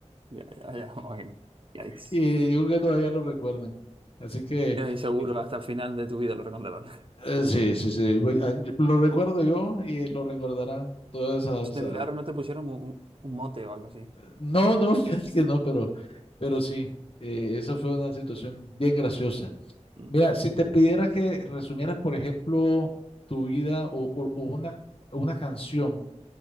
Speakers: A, on the right; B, on the left.
A: Ya, ya, ya. bueno, ya, es-
B: Y yo creo que todavía lo recuerdan. Así que,
A: ya es seguro
B: eh,
A: hasta el final de tu vida lo recordarán. <laughs>
B: eh, sí, sí, sí, voy a- yo- lo recuerdo yo y lo recordarán todas esas.
A: De
B: ah,
A: milagro no te pusieron un, un- un mote o algo así.
B: No, no, <laughs> fíjate que no, pero, pero sí, eh, esa fue una situación bien graciosa.
A: Mm.
B: Mira, si te pidiera que resumieras, por ejemplo, tu vida o, o- o una, o una canción